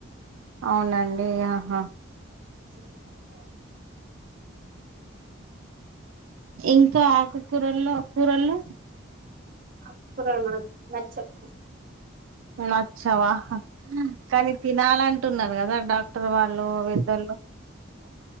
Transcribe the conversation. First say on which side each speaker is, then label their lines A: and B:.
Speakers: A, on the right; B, on the right.
A: అవునండి ఆహ ఇంకా ఆకుకూరల్లో కూరల్లో
B: ఆకుకూరలు మనక్ నచ్చవ్
A: నచ్చవా కానీ తినాలంటున్నారు కదా డాక్ డాక్టర్ వాళ్ళు విద్దల్‌లు